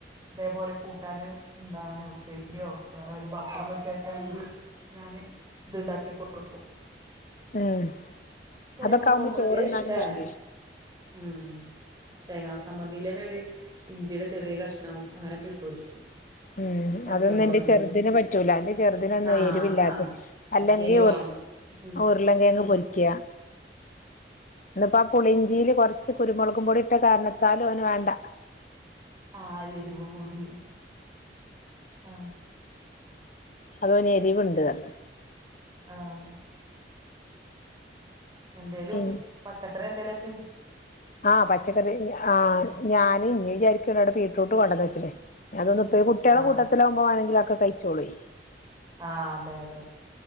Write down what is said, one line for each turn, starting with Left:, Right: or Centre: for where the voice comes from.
Right: ഇതേപോലെ കൂട്ടാന് എന്താണ് ഉപ്പേരിയോ വേറെ ഒരു പപ്പടം വെച്ചേക്കാണെങ്കിൽ ഞാന് ഇതുണ്ടാക്കി കൊടുക്കും
Left: ഉം
Right: തേങ്ങ
Left: അതൊക്കെ ആവുമ്പോ
Right: ചമ്മന്തി
Left: ചോറ്ന്നാനും
Right: അത് ഇഷ്ടാണ്
Left: കഴിയേ
Right: ഉം തേങ്ങാ ചമ്മന്തിയിൽ തന്നെ ഒരു ഇഞ്ചിയുടെ ചെറിയ കഷ്ണവും അങ്ങനൊക്കെ ഇട്ട് കൊടുക്കും
Left: ഉം
Right: പച്ചമുളക്
Left: അതൊന്നും എന്റെ ചെറുതിന് പറ്റൂല എന്റെ ചെറുതിനൊന്നും
Right: ആഹ്
Left: എരുവില്ലാതെ
Right: ആഹ്
Left: അല്ലെങ്കി
Right: എരിവാണ് ഉം
Left: ഉരുളങ്കിഴങ്ങ്
Right: ഉം
Left: പൊരിക്കുക ഇന്നിപ്പോ ആ പുളിഞ്ചിയില് കുറച്ച് കുരുമുളക് പൊടി ഇട്ട കാരണത്താലും അവന് വേണ്ട
Right: ആ എരിവ് കൂടി ആ
Left: അതുപോലെ എരിവുണ്ട് അഹ്
Right: ആഹ് എന്തേലും
Left: പറഞ്ഞ്
Right: പച്ചക്കറി എന്തേലുമൊക്കെ
Left: ആഹ് പച്ചക്കറി ആ ഞാനും വിചാരിക്കണ് അവിടെ ബീട്രൂട്ട് കൊണ്ടൊന്ന് വെച്ച് അതൊന്ന കുട്ടികെ കുട്ടികള
Right: ആഹ്
Left: കുട്ടത്തിലാവുമ്പോ ആരെങ്കിലുമൊക്ക ഒക്കെ കഴിച്ചോളേ
Right: ആ അതെ അതെ